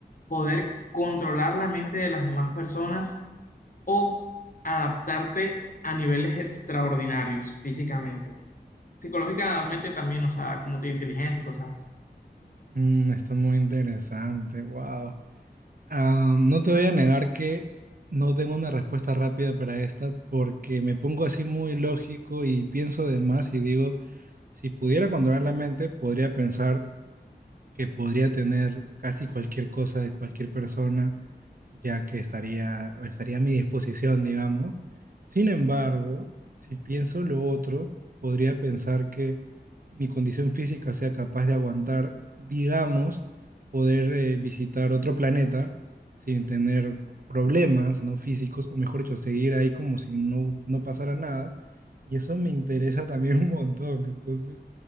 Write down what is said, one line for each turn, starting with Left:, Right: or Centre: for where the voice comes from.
Left: ¿Poder controlar la mente de las demás personas o adaptarte a niveles extraordinarios físicamente. Psicológicamente también, o sea, como tu inteligencia y cosas así.
Right: Mm, está muy interesante, wow. no te voy a negar que no tengo una respuesta rápida para esta porque me pongo así muy lógico y pienso de más y digo, si pudiera controlar la mente, podría pensar que podría tener casi cualquier cosa de cualquier persona ya que estaría, estaría a mi disposición, digamos. Sin embargo, si pienso lo otro, podría pensar que mi condición física sea capaz de aguantar, digamos, poder eh, visitar otro planeta sin tener problemas, ¿no? físicos, o mejor dicho, seguir ahí como si no, no pasara nada. Y eso me interesa también <laughs> un montón. Entonces,